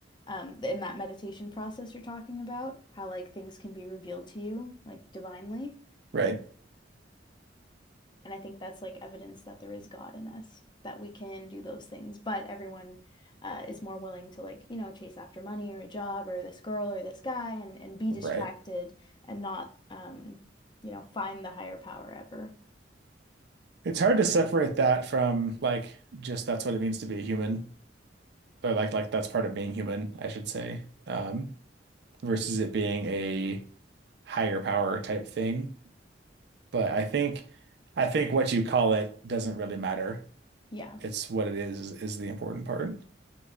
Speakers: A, on the left; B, on the right.
A: Um, in that meditation process you're talking about, how like things can be revealed to you like divinely.
B: Right.
A: And I think that's like evidence that there is God in us, that we can do those things. But everyone uh, is more willing to like, you know, chase after money or a job or this girl or this guy and, and be
B: Right.
A: distracted and not, um, you know, find the higher power ever.
B: It's hard to separate that from like just that's what it means to be a human or like like that's part of being human, I should say, um, versus it being a higher power type thing. But I think I think what you call it doesn't really matter.
A: Yeah.
B: It's what it is is, is the important part.